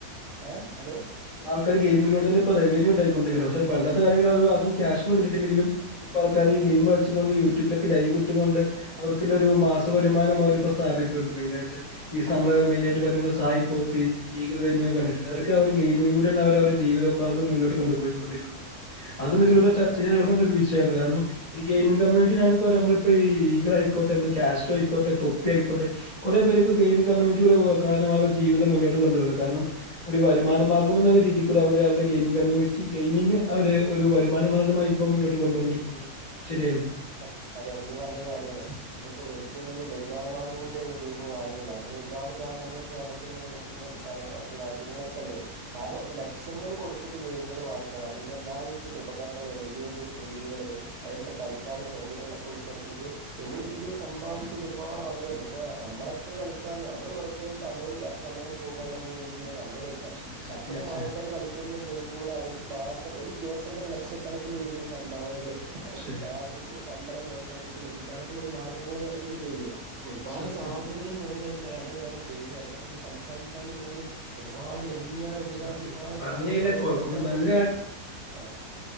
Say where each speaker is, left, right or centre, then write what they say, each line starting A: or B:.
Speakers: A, on the right (about 60°); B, on the left (about 50°).
A: ഏ ഹലോ
B: ആൾക്കാര് ഗെയിമിങ്ങിലൂടെ തന്നെ ഇപ്പോ റവന്യൂ ഉണ്ടാക്കി കൊണ്ട് ഇരിക്ക്‌ണ്ട് പക്ഷേ പണ്ടത്തെ കാലങ്ങളിലെ ഒള്ള ആർക്കും ക്യാഷ് ഒന്നും കിട്ടിയിട്ട് ഇല്ലെങ്കിലും ഇപ്പ ആൾക്കാര് ഈ ഗെയിം കൾച്ചുംകൊണ്ട് യൂട്യൂബിലൊ ക്ക് ലൈവ് ഇട്ട്ങ്ങൊണ്ട് അവർക്ക് ഒള്ള ഒരു മാസ വരുമാനമവര് പ്പൊ സ്ഥാപിക്ക്‌ണ്ട് മെയിന് ആായിട്ട് ഈസ് നമ്മള് മെയിന് ആയിട്ട് പറയുമ്പോ നമ്മള് സായിപ്പോപ്പി ഈഗള് ഗെയിമിനെകെ കണ്ടിട്ടില്ലെ അവരൊക്കെ ആ ഒരു ഗെയിമിങ്ങിലൂടെണ് അവര് അവരുടെ ജീവിത മാർഗം മുന്നോട്ട് കൊണ്ടു പോയി കൊണ്ട് ഇരിക്കുന്നത് അതും
A: അതെ
B: ഇതിലൂടെ ചർച്ച
A: ആ
B: ചെയ്യണ <unintelligible> ഒരു വിഷയാണ് കാരണം ഈ ഗെയിമിംഗ് കമ്മ്യൂണിറ്റി ഞാനും ഇപ്പ നമ്മള് ഇപ്പ ഈഗള് ആയിക്കോട്ടെ നമ്മള് കാസ്ട്രോ ആയിക്കോട്ടേ തൊപ്പി ആയിക്കോട്ടെ കുറെ പേർ ഇപ്പൊ ഗെയിമിങ് കമ്മ്യൂണിറ്റികൂടെ പോ കാരണം അവരുടെ ജീവിതം മുന്നോട്ട് കൊണ്ടുപോകാൻ കാരണം ഒരു വരുമാന മാർഗം എന്ന രീതികൂടെ അവര് അവരുടെ ഗെയിം കമ്മൂണിറ്റി ഗെയിമിംഗ് അവര് ഒരു വരുമാനമാർഗമായി ഇപ്പൊ മുന്നോട്ട് കൊണ്ട് വന്നിരിക്കുന്നുണ്ട് ശരിയല്ലേ
A: അ അതെ നിങ്ങൾ പറഞ്ഞത് കാര്യാണ് ഇന്നിപ്പോ ഏറ്റവും വലിയ വരുമാന മാർഗ്ഗംകൂടിയായി ഈ ഒര് ഗെയിം മാറി എന്നുള്ളതാണ് അതിന് ഒരുപാട് ദാഹരണം നമ്മെ ഈ കേരളത്തി ത്തില് ണ്ട് മറ്റുള്ള സംസ്ഥാനങ്ങൾ മറ്റു രാജ്യങ്ങളിലൊക്കെണ്ടേയ് കാരണം ലക്ഷങ്ങൾ കൊടുത്തിട്ട് ഗെയിമുകൾ വാങ്ങാണ് അതിന്റെ എല്ലാവിധത്തിലുള്ള ഉപകരണങ്ങള് വലിയ വലിയ സ്ക്രീനുകള് അയ്ന്ള്ള കളിക്കാൻ ള്ളെ സൗകര്യങ്ങളൊക്കെ ഉൾപ്പെടുത്തിയിട്ട് വലിയ രീതിയിൽ സമ്പാദിക്കുന്ന ഒരുപാട് ആൾക്കാരുണ്ട് ഇപ്പ നമ്മളൊക്കെ കളിക്കാന്ന് പറഞ്ഞാൽ നമ്മള് വെർ തെ സമയം സമയം പോകാനുള്ളന്നെ രീതിയിലാണ് നമ്മള് കളിക്കാ
B: ഉം, അതെ
A: പക്ഷെ
B: അതെ
A: അത്തരം
B: തീർച്ചയായും
A: ആൾക്കാര് കളി ക്കുന്ന ഗെയിമിലൂടെ അവർക്ക് മാസം ഒരു ദിവസം തന്നെ ലക്ഷക്കണക്കിന് രീതിയിൽ സംഭാവനകള്
B: ഉം,
A: അല്ലെങ്കിൽ
B: ശരി
A: അത <unintelligible> ശമ്പളം മോഡല് അവര്ക്ക് ലഭിക്കാനൊക്കെള്ള ഒരു മാർഗം കൂടിയാണ് ഇപ്പൊ ഗെയിം ഒരുപാട്
B: സത്യം
A: സാധ്യതകൾ നിറഞ്ഞ ഒരു മേഖലയാണ് ഗെയിം അതിനെപ്പറ്റി സംസാരിക്കാന്നുണ്ടെങ്കില്
B: ഉം,
A: ഒരുപാട് എണ്ണിയാൽ ഒതുങ്ങാത്ത
B: സത്യം
A: ഒരുപാട്
B: പറഞ്ഞു
A: കാര്യങ്ങൾ
B: കഴിഞ്ഞാൽ
A: പറയാൻ അടക്കം നമുക്കുണ്ട്
B: നല്ല
A: ആഹ്